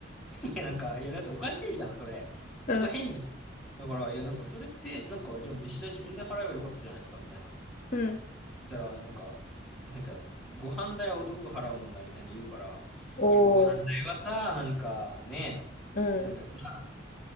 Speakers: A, in the centre; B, on the left (about 45°).
A: <laughs> いや、なんか、いや、だっておかしいじゃん、それ。なんか変じゃん。
B: うん、
A: だから、いや、なんか、それって、なんか、じゃあ、飯代自分で払えばよかったじゃないですか、みたいな。そ
B: うん。
A: したら、なんか、なんか、ご飯代は男が払うもんだ、みたいに言うから、
B: おー。
A: いや、ご飯代はさ、なんか、ねえ、
B: うん、
A: なんか、じゃあ、